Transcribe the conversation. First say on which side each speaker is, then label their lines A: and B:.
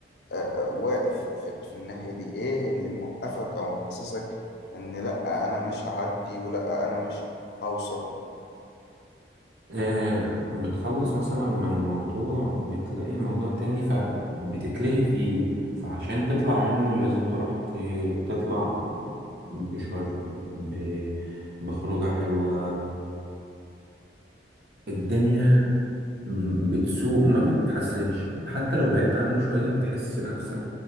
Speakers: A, on the left; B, on the right.
A: آه آه، واقف في, في الناحية دي إيه اللي موقفك أو محسسك إن لأ أنا مش هعدي ولأ أنا مش هوصل
B: آه بتخلص مثلا من موضوع بتلاقي موضوع تاني فبتتلهي فيه فعشان تطلع منه لازم تروح ت- تطلع بشرب ب- بخروجة حلوة فالدنيا م- بتسوق ما بتحسنش حتى لو بعدت عنه شوية بتحس نفسك